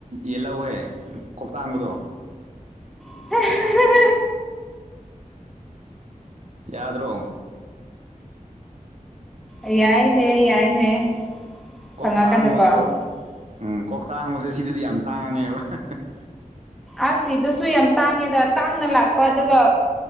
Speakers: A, on the right (about 55°); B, in the centre.
A: ꯌꯦꯜꯂꯧꯍꯦ ꯀꯣꯛ ꯇꯥꯡꯕꯗꯣ
B: <unintelligible>
A: ꯌꯥꯗ꯭ꯔꯣ
B: ꯌꯥꯏꯅꯦ ꯌꯥꯏꯅꯦ
A: ꯀꯣꯛ
B: ꯐꯪꯉꯀꯥꯟꯗꯀꯣ
A: ꯇꯥꯡꯕꯗꯣ ꯎꯝ ꯀꯣꯛ ꯇꯥꯡꯕꯁꯦ ꯁꯤꯗꯗꯤ ꯌꯥꯝ ꯇꯥꯡꯉꯦꯕ <unintelligible>
B: ꯑꯁ ꯁꯤꯗꯁꯨ ꯌꯥꯝ ꯇꯥꯡꯉꯦꯗ ꯇꯥꯡꯅ ꯂꯥꯛꯄ ꯑꯗꯨꯒ